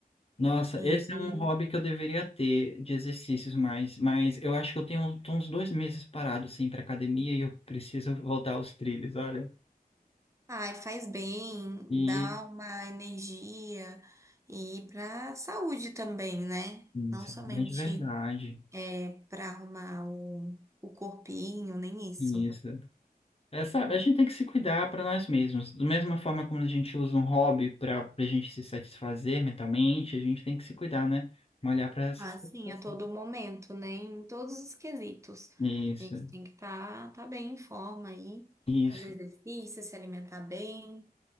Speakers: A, on the left; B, on the right.
A: Nossa,
B: E
A: esse é um hobby que eu deveria ter de exercícios mais, mas eu acho que eu tenho tô uns dois meses parado assim para academia e eu preciso voltar aos trilhos, olha.
B: ai, faz bem,
A: E
B: dá uma energia e para saúde também, né?
A: isso,
B: Não somente
A: grande verdade.
B: é, para arrumar o, o corpinho, nem isso.
A: Isso. É, sabe, a gente tem que se cuidar para nós mesmos. Da mesma forma como a gente usa um hobby para a gente se satisfazer mentalmente, a gente tem que se cuidar, né? Malhar para se
B: Assim,
A: satisfazer.
B: a todo momento, né? Em todos os quesitos.
A: Isso,
B: A gente tem que estar tá, tá bem em forma aí,
A: isso.
B: fazer exercício, se alimentar bem.